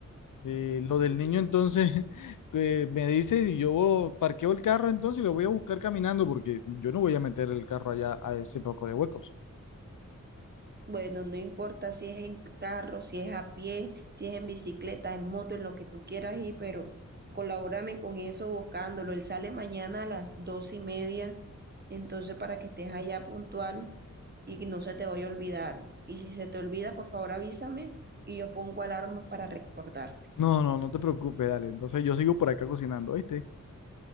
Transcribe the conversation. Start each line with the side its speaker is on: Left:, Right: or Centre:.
Left: Eh, lo del niño entonces <laughs> que me dice y yo parqueo el carro entonces y lo voy a buscar caminando porque yo no voy a meter el carro allá a ese poco de huecos.
Right: Bueno, no importa si es en carro, si es a pie, si es en bicicleta, en moto, en lo que tú quieras ir, pero colabórame con eso buscándolo. Él sale mañana a las dos y media, entonces para que estés allá puntual y no se te vaya a olvidar. Y si se te olvida, por favor avísame y yo pongo alarma para recordarte.
Left: No, no, no te preocupes, dale. Entonces yo sigo por acá cocinando, ¿viste?